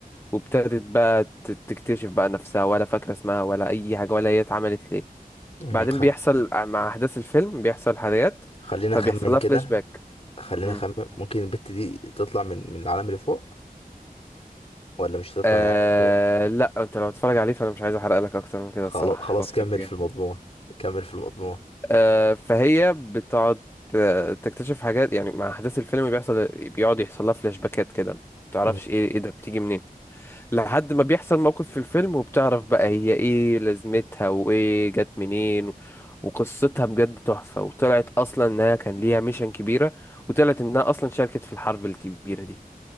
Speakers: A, on the left; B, on the left.
A: وابتدت بقى ت- تكتشف بقى نفسها ولا فاكرة اسمها ولا أي حاجة ولا هي اتعملت ليه
B: امم
A: بعدين
B: خ...
A: بيحصل مع أحداث الفيلم بيحصل حاجات
B: خلينا
A: فبيحصل
B: اخمن
A: لها
B: كده
A: <laughs> فلاش باك
B: خلينا
A: مم.
B: اخمن ممكن البت دي تطلع من من العالم اللي فوق ولا مش هتطلع
A: آه
B: من عقلك هو
A: لا انت لو هتتفرج عليه فانا مش عايز احرق لك اكتر من كده
B: خلاص
A: الصراحه
B: خلاص
A: <laughs> هو فيلم
B: كمل
A: جامد
B: في المضمون كمل في المضمون
A: آه فهي بتقعد آه، تكتشف حاجات يعني مع احداث الفيلم بيحصل بيقعد يحصل لها فلاش باكات كده ما تعرفش
B: م-
A: ايه ايه ده بتيجي منين لحد ما بيحصل موقف في الفيلم وبتعرف بقى هي ايه لازمتها وايه جت منين و- وقصتها بجد تحفة وطلعت اصلا انها كان ليها ميشن كبيرة وطلعت انها اصلا شاركت في الحرب الكبيرة دي